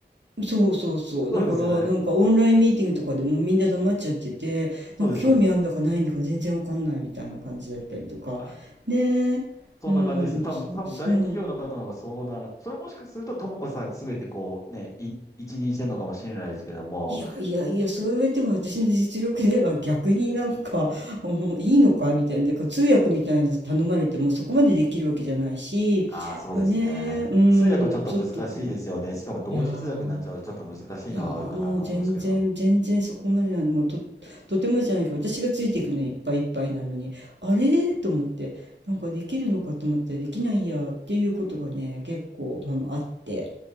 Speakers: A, on the right; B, on the left.
A: そうそうそう。
B: そうですよね。
A: だから、なんかオンラインミーティングとかでもうみんな黙っちゃってて、
B: そうです、
A: なんか興味あんだかないんだか全然わかんないみたいな感じだったりとか。
B: そうです。はい。
A: ねえ、
B: そんな感じですよ。
A: うん、
B: 多分、
A: そう、
B: 多分大企業の方の方がそうなる。
A: そう。
B: それもしかすると、ともこさんに全てこう、ね、い一任してるのかもしれないですけども、
A: いやいやいや、そう言われても私の実力では逆になんか、うんいいのかみたいな、でか通訳みたいなの頼まれてもそこまでできるわけじゃないし、
B: ああ、そうですね。
A: だね、うん、
B: 通訳はちょっと難しいですよね。
A: ちょっと困る。
B: しかも同時通訳になっちゃうとちょっと難しいのはあるかなと思いますけど。
A: いやー、いやーもう全然、全然そこまでない、もうと、とてもじゃないけど、私がついていくのにいっぱいいっぱいなのに、あれーと思って、なんかできるのかと思ったらできないやーっていうことがね、結構、まあ、まああって、